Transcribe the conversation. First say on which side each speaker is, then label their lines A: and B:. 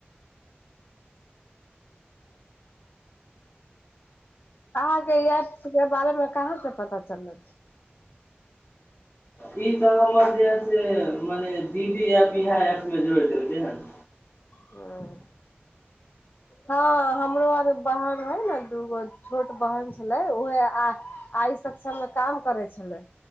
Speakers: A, on the left; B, on the left.
A: अहाँके ई एप के बारेमे कहाँ से पता चलल
B: ई तऽ हमर जे से मने दीदी इहा एप्प मे जोड़ी देलकै हन
A: ह <unintelligible> हँ हमरो आर बहन हइ ने दूगो छोट बहन छलै उहे आ आइ सक्षम मे काम करे छलै